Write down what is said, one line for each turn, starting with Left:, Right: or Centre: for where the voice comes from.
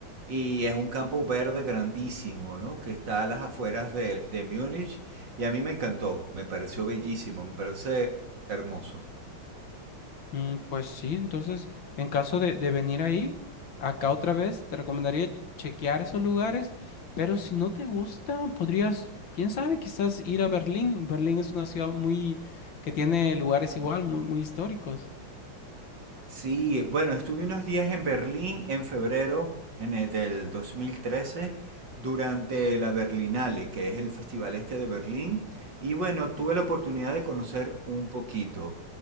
Right: y es un campo verde grandísimo, ¿no? Que está a las afueras de, de Múnich, y a mí me encantó, me pareció bellísimo, me parece hermoso.
Left: Mm, pues sí, entonces en caso de, de venir ahí, acá otra vez, te recomendaría chequear esos lugares, pero si no te gusta, podrías, quién sabe, quizás ir a Berlín. Berlín es una ciudad muy que tiene lugares igual, muy, muy históricos.
Right: Sí, bueno, estuve unos días en Berlín en febrero en el- del 2013 durante la Berlinale, que es el festival este de Berlín. Y bueno, tuve la oportunidad de conocer un poquito.